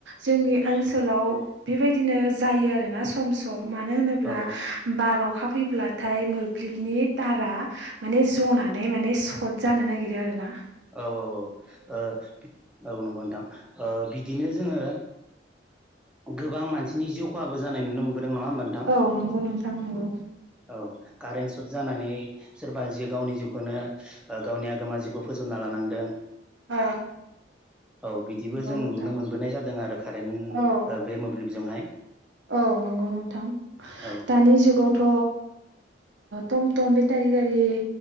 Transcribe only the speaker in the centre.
औ
औ औ औ औ नंगौ नोंथां बिदिनो जोङो गोबां मानसिनि जिउ खहाबो जानाय नुनो मोनबोदों नङा होमबा नोंथां
औ कारेन्ट सट जानानै सोरबा जि गावनि जिउखौनो गावनि आगोमा जिउखौ फोजोबना लानांदों।
औ बिदिबो
जों
नुनो मोनबोनाय जादों आरो कारेन्ट
ओ बे मोब्लिबजोंहाय
औ